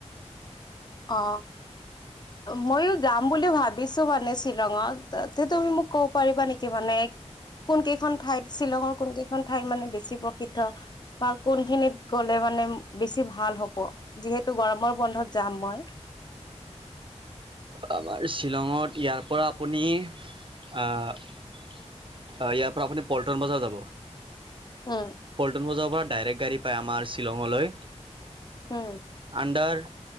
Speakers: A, on the left (about 40°); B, on the right (about 45°).
A: অ', ময়ো যাম বুলি ভাবিছো মানে শ্বিলঙত। ত তুমি মোক ক'ব পাৰিবা নেকি মানে কোন কেইখন ঠাই, শ্বিলঙৰ কোন কেইখন ঠাই মানে বেছি প্ৰসিদ্ধ। বা কোনখিনিত গ'লে মানে বেছি ভাল হ'ব, যিহেতু গৰমৰ বন্ধত যাম মই। <inaudible>
B: আমাৰ শ্বিলঙত ইয়াৰ পৰা আপুনি, আ ইয়াৰ পৰা আপুনি পল্টনবজাৰ যাব।
A: উম
B: পল্টনবজাৰৰ পৰা ডাইৰেক্ট গাড়ী পায় আমাৰ শ্বিলঙলৈ।
A: উম
B: আডাৰ